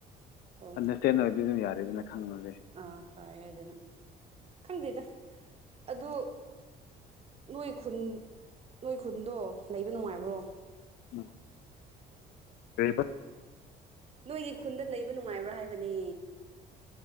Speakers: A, on the right (about 35°); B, on the left (about 70°).
A: ꯑꯣ
B: ꯑꯟꯗꯔꯁꯇꯦꯟ ꯑꯣꯏꯕꯗꯨꯝ ꯌꯥꯔꯦꯗꯅ ꯈꯪꯉꯗꯤ
A: ꯑꯥ ꯐꯣꯏ ꯑꯗꯨꯅ ꯈꯪꯗꯦꯗ ꯑꯗꯨ ꯅꯣꯏ ꯈꯨꯟ ꯅꯣꯏ ꯈꯨꯟꯗꯣ ꯂꯩꯕ ꯅꯨꯡꯉꯥꯏꯕ꯭ꯔꯣ
B: ꯎꯝ ꯀꯔꯤꯕ
A: ꯅꯣꯏꯒꯤ ꯈꯨꯟꯗ ꯂꯩꯕ ꯅꯨꯡꯉꯥꯏꯕ꯭ꯔꯥ ꯍꯥꯏꯕꯅꯦ